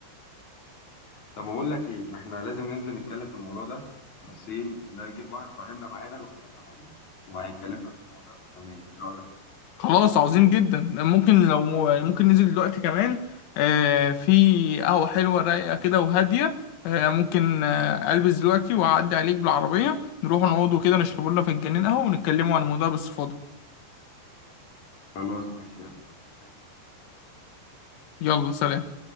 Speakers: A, on the left; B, on the left.
A: طب ما بقول لك ايه ما احنا لازم ننزل نتكلم في الموضوع ده بس ايه نجيب واحد صاحبنا معانا الواد ده محامي وهيكلمنا في المواضيع القانونيه ايه رايك
B: خلاص عظيم جدا ممكن لو ممكن ننزل دلوقتي كمان آه، في قهوه حلوه رايقه كده وهاديه آه، ممكن آه، البس دلوقتي واعدي عليك بالعربيه نروح نقعد كده نشرب لنا فنجانين قهوه ونتكلموا عن الموضوع باستفاضه
A: خلاص ماشي قشطة. استناك
B: يلا سلام